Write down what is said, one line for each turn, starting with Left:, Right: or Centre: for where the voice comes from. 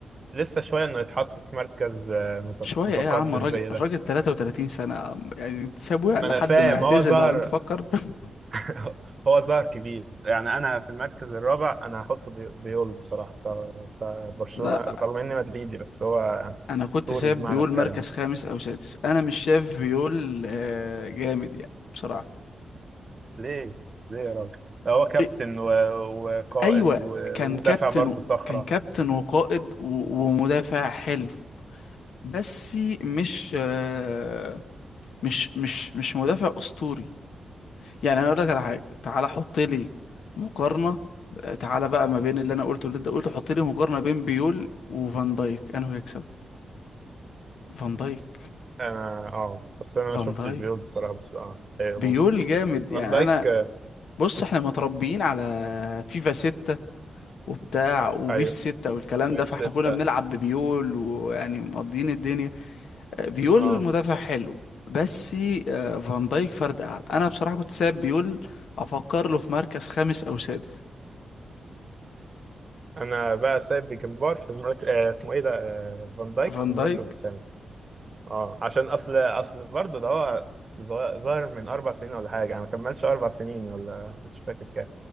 Right: لسه شويه انه يتحط في مركز آه، مت-
Left: شويه
Right: متقدم
Left: ايه يا عم الراجل
Right: زي ده
Left: الراجل 33 سنه يا عم. يعني انت سابه
Right: ما
Left: لحد
Right: انا فاهم
Left: ما يعتزل
Right: هو ظهر
Left: بعدين تفكر <laughs>
Right: <laughs> هو ظهر كبير يعني انا في المركز الرابع انا هحطه بي- بيول بصراحه ف- فبرشلونه
Left: لا
Right: رغم اني مدريدي بس هو يعني
Left: انا كنت
Right: اسطوري
Left: ساب
Right: بمعنى
Left: بيقول
Right: الكلمه
Left: مركز خامس او سادس انا مش شايف بيقول آه، جامد يعني بصراحه
Right: ليه ليه يا راجل هو كابتن
Left: إيه،
Right: و- وقائد
Left: ايوه
Right: و-
Left: كان كابتن
Right: ودافع برضه
Left: و...
Right: صخره
Left: كان كابتن وقائد و... ومدافع حلو بس مش آه، مش مش مش مدافع اسطوري يعني انا اقول لك على حاجه تعالى حط لي مقارنه آه، تعالى بقى ما بين اللي انا قلته واللي انت قلته حط لي مقارنه بين بيول وفان دايك انه يكسب فان دايك
Right: انا اه بس انا
Left: فان
Right: ما شفتش
Left: دايك
Right: بيول بصراحه بس اه هي
Left: بيول
Right: ممكن
Left: جامد
Right: فان
Left: يعني
Right: دايك
Left: انا
Right: آه،
Left: بص احنا متربيين على فيفا 6 وبتاع وبيس
Right: ايوه
Left: 6 والكلام
Right: بالستة
Left: ده فاحنا كنا بنلعب ببيول ويعني مقضيين الدنيا بيول
Right: اه
Left: مدافع حلو بس آه، فان دايك فرد اعلى انا بصراحه كنت ساب بيول افكر له في مركز خامس او سادس
Right: انا بقى سايب بيكمبار في المركز آه اسمه ايه ده آه فان دايك
Left: فان
Right: في المركز
Left: دايك
Right: الخامس اه عشان اصل اصل برضه ده هو ظا- ظاهر من اربع سنين ولا حاجه انا ما كملش اربع سنين ولا مش فاكر كام